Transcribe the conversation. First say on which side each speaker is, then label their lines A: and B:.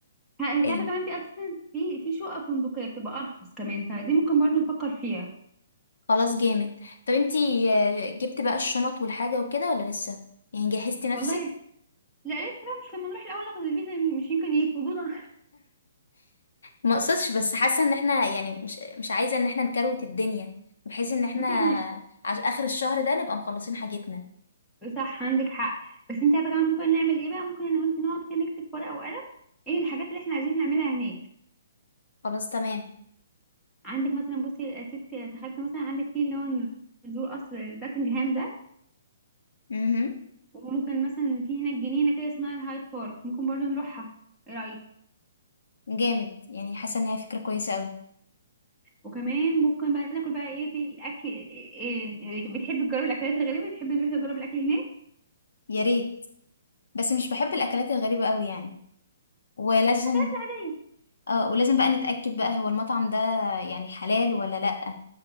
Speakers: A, in the centre; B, on the left (about 85°).
A: ه- تعرفي
B: إيه،
A: كمان في اساسا في في شقق فندقيه بتبقى ارخص كمان فدي ممكن برضه نفكر فيها
B: خلاص جامد طب انتي آه، جبت بقى الشنط والحاجة وكده ولا لسه يعني جهزتي نفسك
A: والله لا لسه بقى مش لما نروح الاول ناخد الفيزا مش يمكن يرفضونا
B: ما اقصدش بس حاسة ان احنا يعني مش مش عايزة ان احنا نكروت الدنيا بحيث ان احنا
A: <laughs> بس احنا
B: عش اخر الشهر ده نبقى مخلصين حاجتنا
A: صح عندك حق بس انت عارفه كمان ممكن نعمل ايه بقى ممكن انا وانت نقعد كده نكتب في ورقه وقلم ايه الحاجات اللي احنا عايزين نعملها هناك
B: خلاص تمام
A: عندك مثلا بصي يا ستي تخيلت مثلا عندك في اللي هو نزور قصر باكنجهام ده
B: امم
A: وممكن مثلا في هناك جنينه كده اسمها الهايد بارك ممكن برضو نروحها ايه رايك
B: جامد يعني حاسة ان هي فكرة كويسة أوي
A: وكمان ممكن بقى ناكل بقى ايه في الاكل إيه إيه بتحب تجرب الاكلات الغريبه بتحب تروح تجرب الاكل هناك
B: يا ريت بس مش بحب الاكلات
A: <laughs>
B: الغريبه قوي يعني ولازم
A: لا
B: اه ولازم بقى نتاكد بقى هو المطعم ده يعني حلال ولا لا